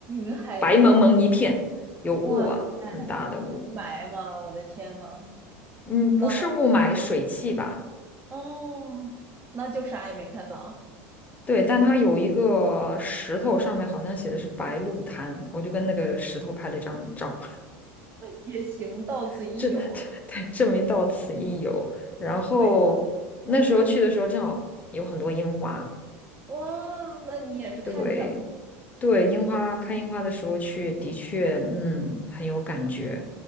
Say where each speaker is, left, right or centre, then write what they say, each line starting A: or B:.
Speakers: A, on the right (about 30°); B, on the left (about 20°).
A: 云海里，
B: 白蒙蒙一片，有雾啊，
A: 哇塞，
B: 很大的雾。
A: 雾霾吗？我的天呐！
B: 嗯，不是雾霾，
A: 那
B: 水汽吧？
A: 哦，那就啥也没看到，
B: 对，但它有一个石头，上面好像写的是白鹿潭，我就跟那个石头拍了一张照，
A: 也行，到此一游了，
B: <laughs> 这这对证明到此一游。然后那时候去的时候，
A: 没了
B: 正好有很多樱花，
A: 哇，那你也是看上了，
B: 对对，樱花看樱花的时候去，的确，嗯，很有感觉。